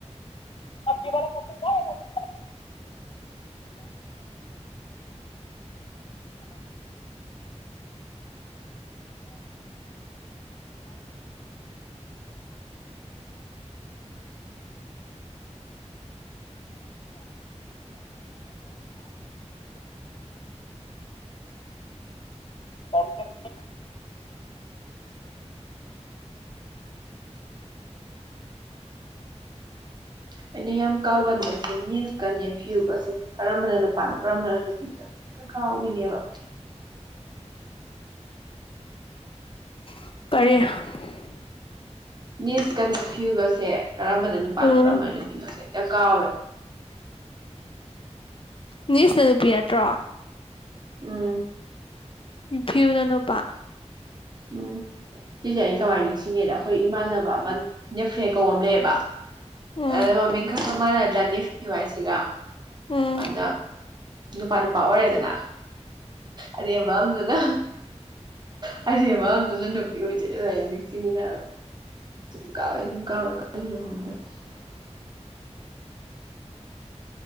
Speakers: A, on the left; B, on the right.
A: <unintelligible> <inaudible>
B: ꯑꯩꯅ ꯌꯥꯝ ꯀꯥꯎꯒꯟꯕꯁꯦ ꯅꯤꯁꯀ ꯅꯦꯐꯤꯌꯨꯒꯁꯦ ꯀꯔꯝꯕꯅ ꯅꯨꯄꯥꯅꯣ ꯀꯔꯝꯕꯅ ꯅꯨꯄꯤꯅꯣ ꯍꯦꯛꯇ ꯀꯥꯎꯒꯤꯅꯦꯕ
A: <unintelligible>
B: ꯅꯤꯁ ꯀ ꯅꯦꯐ꯭ꯌꯨꯒꯁꯦ ꯀꯔꯝꯕꯅ ꯅꯨꯄꯥꯅꯣ
A: ꯎꯝ
B: ꯀꯔꯝꯕꯅ ꯅꯨꯄꯤꯅꯣꯁꯦ ꯍꯦꯛꯇ ꯀꯥꯎꯋꯦꯕ
A: ꯅꯤꯁꯅ ꯅꯨꯄꯤ ꯅꯠꯇ꯭ꯔꯣ
B: ꯎꯝ
A: ꯅꯦꯐꯌꯨꯅ ꯅꯨꯄꯥ
B: ꯎꯝ ꯁꯤꯁꯦ ꯑꯩꯅ ꯀꯃꯥꯏꯅ ꯅꯤꯡꯁꯤꯡꯒꯦꯗ ꯑꯩꯈꯣꯏ ꯏꯃꯥꯟꯅꯕ ꯑꯃ ꯅꯦꯐ꯭ꯔꯦ ꯀꯧꯕ ꯑꯃ ꯂꯩꯌꯦꯕ
A: ꯎꯝ
B: <unintelligible>
A: ꯎꯝ
B: <unintelligible> ꯑꯗ ꯅꯨꯄꯥ ꯅꯨꯄꯥ ꯑꯣꯏꯔꯦꯗꯅ ꯑꯔꯦꯝꯕ ꯑꯃꯗꯨꯅ <unintelligible> <inaudible>